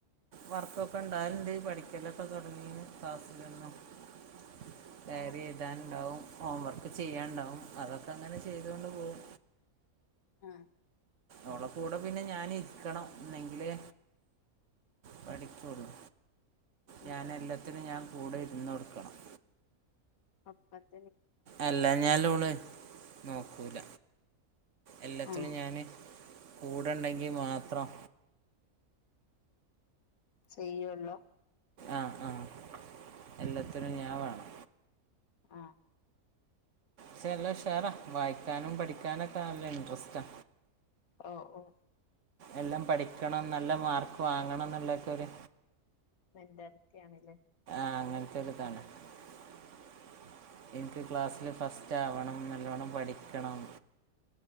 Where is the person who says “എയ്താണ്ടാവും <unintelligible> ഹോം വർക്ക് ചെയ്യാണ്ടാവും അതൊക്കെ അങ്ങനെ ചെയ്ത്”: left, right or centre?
Right